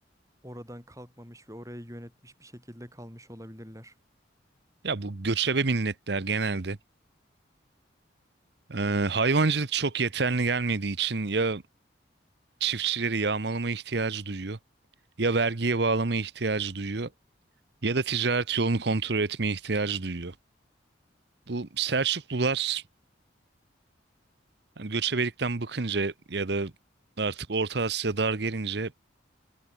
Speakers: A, on the right; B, on the right.
A: oradan kalkmamış ve orayı yönetmiş bir şekilde kalmış olabilirler.
B: Ya bu göçebe milletler genelde e, hayvancılık çok yeterli gelmediği için ya çiftçileri yağmalama ihtiyacı duyuyor, ya vergiye bağlama ihtiyacı duyuyor, ya da ticaret yolunu kontrol etmeye ihtiyacı duyuyor. Bu Selçuklular yani göçebelikten bıkınca ya da artık Orta Asya dar gelince